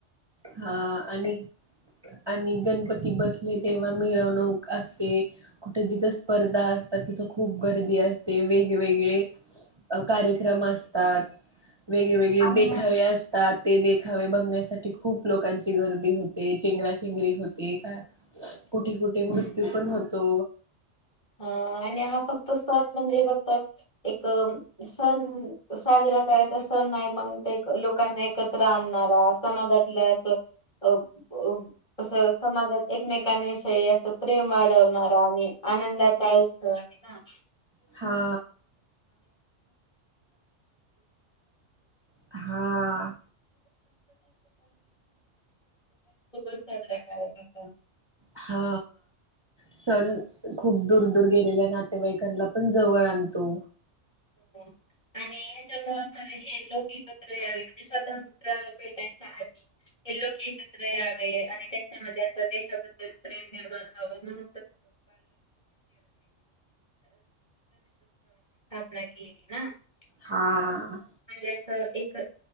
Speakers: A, on the right; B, on the left.
A: हा आणि, आणि गणपतीऽऽ ती बसले तेव्हा मिरवणूक असते, कुठे जिथं स्पर्धा असतात तिथं खूप गर्दी आऽऽ ते वेगवेगळे कार्यक्रम असतात. वेगळेवेेगळे
B: आणि
A: देखावे असतात, ते देखावे बघण्यासाठी खूप लोकांची गर्दी होते,, चेंगराचेंगरी होते. का कुठे कुठे मृत्यू पण होतो.
B: हां, आणि हा फक्त सण म्हणजे फक्त एक सण साजरा करायचा अस सन नाही मग ते लोकांना एकत्र आणणारा समाजातलं असं अ अस समाजात एकमेकांविषयी अस प्रेम वाढवणारा, आणि आनंदा <unintelligible> <unintelligible> सगळ्यांसोबत
A: हा हा
B: साजरा करायचा सण.
A: हा सण खूप दूर दूर गेलेल्या नातेवाईकांना पण जवळ आणतो.
B: <inaudible> आणि ह्याच्यामुळ हे लोक ऐकत्र यावे, म्हणजे स्वतंत्र भेटायच्या आधी. हे लोक एकत्र यावे आणि त्याच्यामध्ये अस देशाबद्दल प्रेम निर्माण व्हावं. <unintelligible> <unintelligible>
A: हां
B: म्हणजे अस एक,